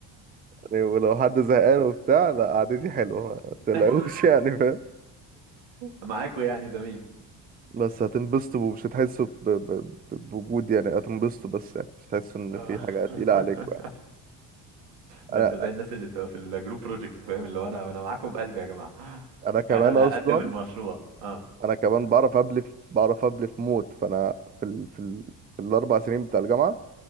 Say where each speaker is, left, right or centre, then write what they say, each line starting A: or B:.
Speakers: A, on the right (about 20°); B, on the right (about 80°).
A: يعني ولو حد زهقان وبتاع لا قعدتي حلوة ما تلاقوش
B: <laughs>
A: <laughs> يعني فاهم
B: معاكوا يعني زميل
A: بس هتنبسطوا ومش هتحسوا ب- ب- ب- بوجود يعني هتنبسطوا بس يعني مش هتحسوا ان
B: آه.
A: في حاجة تقيلة
B: <laughs>
A: عليكم يعني
B: ده
A: انا
B: انت زي الناس اللي تبقى في الجروب بروجكت فاهم اللي هو انا انا معاكم بقلبي يا جماعه
A: انا كمان
B: انا اللي
A: اصلا
B: هقدم المشروع اه
A: انا كمان بعرف ابلف بعرف ابلف موت فانا في ال... في, ال... في الاربع سنين بتاع الجامعة